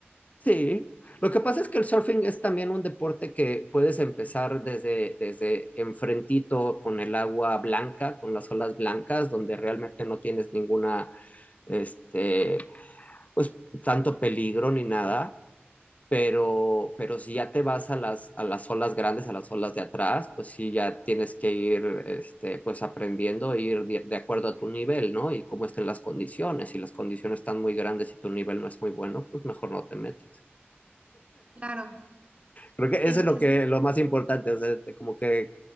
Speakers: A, on the left (about 35°); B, on the right (about 30°).
A: Sí, lo que pasa es que el surfing es también un deporte que puedes empezar desde, desde enfrentito con el agua blanca, con las olas blancas, donde realmente no tienes ninguna, este, pues tanto peligro ni nada, pero, pero si ya te vas a las, a las olas grandes, a las olas de atrás, pues sí ya tienes que ir, este, pues aprendiendo, ir de, de acuerdo a tu nivel, ¿no? Y cómo estén las condiciones. Si las condiciones están muy grandes y tu nivel no es muy bueno, pues mejor no te metes.
B: Claro,
A: Creo que
B: es,
A: eso es
B: es
A: lo que lo más importante, o sea, te- como que